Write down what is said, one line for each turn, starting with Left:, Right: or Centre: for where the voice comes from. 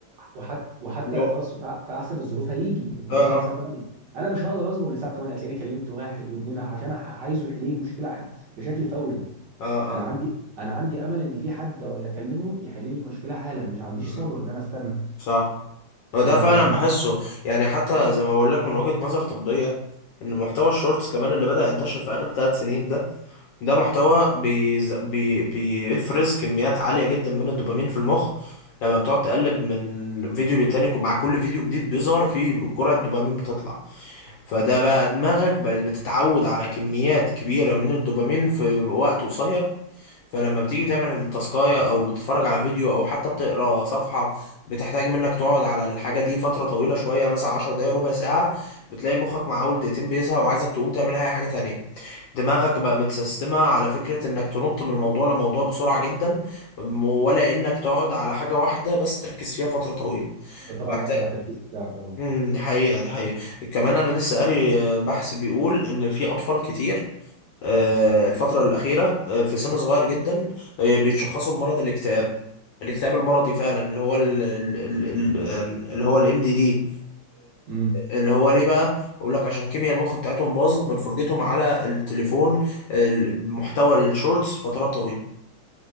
Right: وحتى وحتى
Left: اللي هو-
Right: في أص- في احسن الظروف هيجي مثلا
Left: اه اه
Right: الساعه 8 انا مش هقدر اصبر للساعه 8 هتلاقيني كلمت واحد واثنين عشان أح- عايزه يحل لي المشكله ح- بشكل فوري
Left: اه اه
Right: انا عندي
Left: آه.
Right: انا عندي امل ان في حد اكلمه يحل لي المشكله حالا مش عنديش
Left: مم.
Right: صبر ان انا استنى
Left: صح هو
Right: ف
Left: ده فعلا بحسه يعني حتى زي ما بقول لك من وجهه نظر طبيه ان محتوى الشورتس كمان اللي بدأ ينتشر في اخر ثلاث سنين ده ده محتوى بيز... بي... بيفرز كميات عالية جدا من الدوبامين في المخ لما بتقعد تقلب من فيديو للتاني ومع كل فيديو جديد بيظهر فيه جرعة دوبامين بتطلع فده بقى دماغك بقت بتتعود على كميات كبيرة من الدوبامين في وقت قصير فلما بتيجي تعمل التاسكاية أو بتتفرج على فيديو أو حتى بتقرا صفحة بتحتاج منك تقعد على الحاجة دي فترة طويلة شوية مثلا عشر دقايق ربع ساعة بتلاقي مخك مع أول دقيقتين بيزهق وعايزك تقوم تعمل أي حاجة تانية دماغك بقى متسيستمة على فكرة انك تنط من موضوع لموضوع بسرعة جدا م- ولا انك تقعد على حاجة واحدة بس تركز فيها فترة طويلة
Right: ده طبعا
Left: محتاج
Right: هيأثر على التركيز بتاعك طبعا
Left: مم، دي حقيقة دي حقيقة كمان انا لسه قاري آه، بحث بيقول ان في اطفال كتير آه، الفترة الأخيرة آه، في سن صغير جدا آه، بيتشخصوا بمرض الاكتئاب الاكتئاب المرضي فعلا اللي هو ال- ال- ال- ال- آم، اللي هو الام دي دي
Right: امم
Left: اللي هو ليه بقى يقول لك عشان كيمياء المخ بتاعتهم باظت من فرجتهم على التليفون آه، محتوى الشورتس فترات طويلة